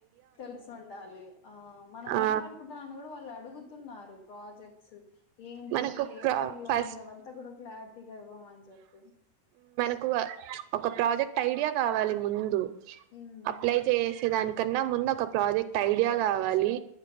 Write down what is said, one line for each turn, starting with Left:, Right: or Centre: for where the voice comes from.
Left: తెలుసుండాలి ఆ మనం
Right: ఆ
Left: ఏమ్ అనుకుంటున్నానో కూడా వాళ్ అడు అడుగుతున్నారు ప్రాజెక్ట్స్ ఏంటి
Right: మనకు
Left: ఏ
Right: ప్ర
Left: ఫీల్డ్ లో
Right: ఫస్ట్
Left: ఉంది. అవంతా కూడా క్లారిటీ గర్వం అని చెప్పి
Right: ఎక్కువ ప్చ్ ఒక ప్రాజెక్ట్ ఐడియా కావాలి ముందు.
Left: ఉమ్
Right: అప్లై చేసే దానికి కన్నా ముందు ఒక ప్రాజెక్ట్ ఐడియా కావాలి